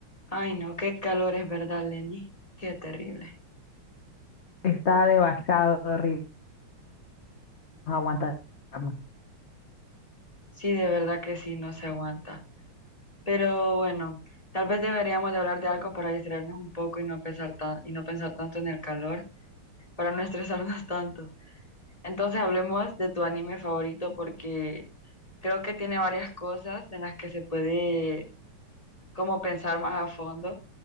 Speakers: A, on the left; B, on the left.
A: Ay, no, qué calor es verdad, Lenny. Qué terrible.
B: Está demasiado horrible. No aguanta. la trama.
A: Sí, de verdad que sí, no se aguanta. Pero bueno, tal vez deberíamos de hablar de algo para distraernos un poco y no pensar tan, y no pensar tanto en el calor, para no estresarnos <laughs> tanto. Entonces hablemos de tu anime favorito porque creo que tiene varias cosas en las que se puede como pensar más a fondo